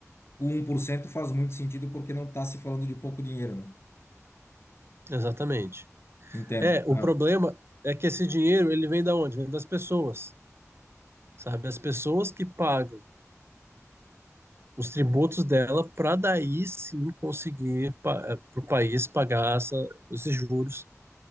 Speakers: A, on the left; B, on the right.
A: o um por cento faz muito sentido porque não está se falando de pouco dinheiro, né?
B: Exatamente.
A: Entendo.
B: É, o
A: Aham.
B: problema é que esse dinheiro, ele vem da onde? Vem das pessoas. sabe? As pessoas que pagam os tributos dela para daí sim conseguir para o país pagar essa, esses juros